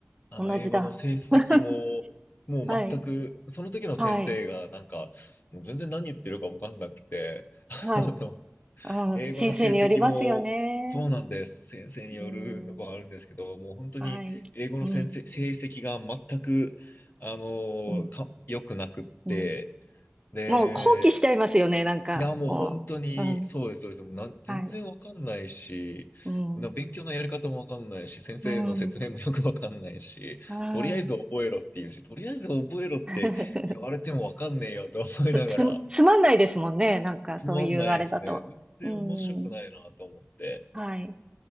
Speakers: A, on the left; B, on the right.
A: あの、
B: 同じだ。
A: 英語の成績も、
B: <laughs>
A: もう全く、
B: はい。
A: その時の先生がなんか、
B: はい。
A: もう全然何言ってるかわかんなくて、<laughs>
B: はい。
A: あの、
B: うん。
A: 英語の成績も、
B: 先生によりますよね。
A: そうなんです。先生によるのがあるんですけど、
B: うん、
A: もう本当に英語の先生、
B: はい。うん、
A: 成績が全く、あの、
B: うん、
A: か、良くなくって、
B: うん。
A: で、
B: もう放棄しちゃいますよね、なんか。
A: いや、もう本当に、
B: もう。うん、
A: そうです、そうです。もうなん、全然わかんないし、
B: はい。うん、
A: な、勉強のやり方もわかんないし、先生の説明もよくわかんないし、
B: うん、ああ。
A: とりあえず覚えろっていうし、とりあえず覚えろって言われてもわかんねえよと思いながら、
B: <laughs> つ、つつまんないですもんね、なんかそういうあれだと。
A: つまんないですね。全然面白くないなと思って。
B: うん、はい、